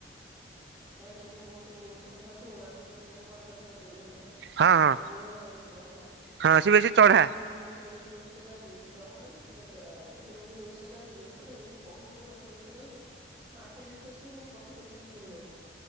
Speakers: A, on the right (about 25°); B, on the right (about 65°).
A: ନାଇଁ ନାଇଁ ମୁଁ ବହୁତ ଔଷଧ ଖାଉଚି ମୋ ମାମୁଁ ଜଣେ ଆମ ଘର ପାଖରେ ଅଛନ୍ତି ହେଲା।
B: ହଁ ହଁ
A: ମୋ ବୋଉର ମାମୁଁ ପୁଅ ହେଲା
B: ହଁ ସେ ବେଶୀ
A: ସିଏ
B: ଚଢା
A: ମତେ ଖାଲି <unintelligible> ଗଛ ଲଗେଇଛନ୍ତି ଓଷଦ ଆଣିବି, ଚଢା ମାନେ ପୁରା ଚଢା ବା, ମତେ କହୁଚନ୍ତି ଓଷଦ ଆଣିବି ଓଷଦ ଆଣିବି କହୁଚି ମୋ ପାଖରେ ଓଷଦ ଅଛି, ମା ଭାଇ ବିଶ୍ୱାସ କରନ୍ତୁ ମୋ କଥା ଟୋଟାଲି ଶୁଣୁନାହାନ୍ତି।